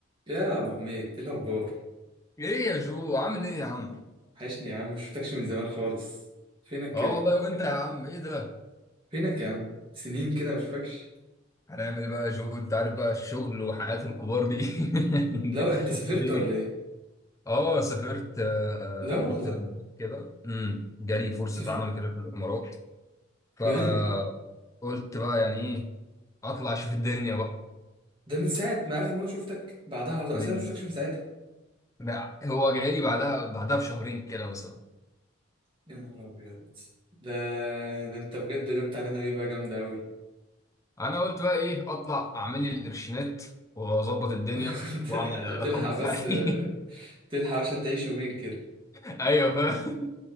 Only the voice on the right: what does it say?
يا ابو حميد ايه الاخبار
وحشني يا عم مش شفتكش من زمان خالص فينك كده
فينك يا عم سنين كده مش فاكش
لا انت سافرت
ولا ايه
لا والله
سافرت
جامد
ده من ساعه ما اخر مره شفتك بعدها على طول
اصلا مش شفتكش من ساعتها
يا نهار ابيض ده ده انت بجد جبت علينا غيبه جامده قوي
<laughs>
تلحق
بس تلحق عشان تعيش يومين كده